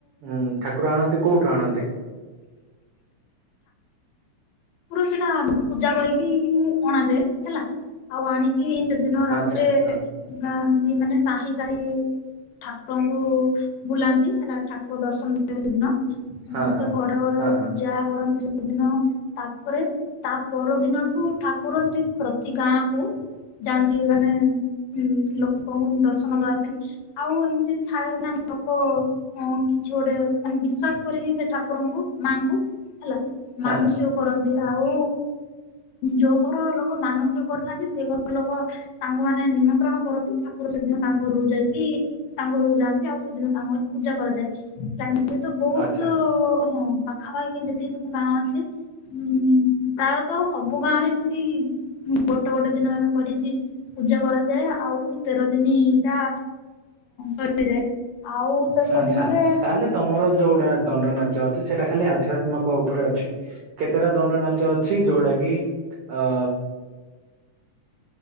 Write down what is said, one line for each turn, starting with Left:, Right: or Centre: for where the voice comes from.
Right: ହୁଁ ଠାକୁର ଆଣନ୍ତି କୋଉଠୁ ଆଣନ୍ତି?
Left: ପୁରା ସେଇଟା ପୂଜା କରିକି ଅଣାଯାଏ ହେଲା ଆଉ ଆଣିକି ଦିନ ରାତିରେ
Right: ଆଚ୍ଛା ହଁ
Left: ଏମିତି ମାନେ ସାହି ସାହି ଠାକୁରଙ୍କୁ ବୁଲାନ୍ତି ହେଲା ଠାକୁର ଦର୍ଶନ ଦେବେ ସେଦିନ। ସମସ୍ତେ
Right: ହଁ ହଁ
Left: ଘରେ ଘରେ
Right: ହଁ
Left: ପୂଜା
Right: ହଁ
Left: କରନ୍ତି ସେଏଦିନ। ତାପରେ ତା ପରଦିନଠୁ ଠାକୁରନ୍ତି ପ୍ରତି ଗାଁ କୁ ଯାଆନ୍ତି ମାନେ ଉ ଲୋକଙ୍କୁ ଦର୍ଶନ ଦବା ପାଇଁ। ଆଉ ଏମିତି ଥାଏ ମନେ ପକ ହଁ କିଛି ଗୋଟେ ମାନେ ବିଶ୍ୱାସ କରିକି ସେ ଠାକୁରଙ୍କୁ ମାଙ୍କୁ ହେଲା
Right: ହଁ
Left: ମାନସିକ କରନ୍ତି ଆଉ ଯୋଉ ଘର ଲୋକ ମାନସିକ କରିଥାନ୍ତି ସେ ଘର ଲୋକ ତାଙ୍କୁ ମାନେ ସେଦିନ ନିମନ୍ତ୍ରଣ କରନ୍ତି ଠାକୁର ସେଦିନ ତାଙ୍କ ଘରକୁ ଯାଇକି ତାଙ୍କ ଘରକୁ ଯାଆନ୍ତି ଆଉ ସେଦିନ ତାଙ୍କ ଘର ପୂଜା କରାଯାଏ ଏ ତ ବହୁତୁ
Right: ଆଚ୍ଛା
Left: ହଁ ପାଖାପାଖି ଯେତିକି ସବୁ ଗାଁ ଅଛି
Right: <unintelligible>
Left: ଉଁ ପ୍ରାୟତଃ ସବୁ ଗାଁରେ ଏମତି ଗୋଟେ ଗୋଟେ ଦିନ କରିନ୍ତି ପୂଜା କରାଯାଏ ଆଉ ତେର ଦିନଟା ସରିଯାଏ। ଆଉ ଶେଷ
Right: ଆଚ୍ଛା
Left: ଦିନରେ
Right: ତାହେଲେ ତମର ଯୋଉଟା ଦଣ୍ଡ ନାଚ ଅଛି ସେଇଟା ଖାଲି ଆଧ୍ୟାତ୍ମିକ ଉପରେ ଅଛି। କେତେଟା ଦଣ୍ଡ ନାଚ ଅଛି ଯୋଉଟା କି ଅ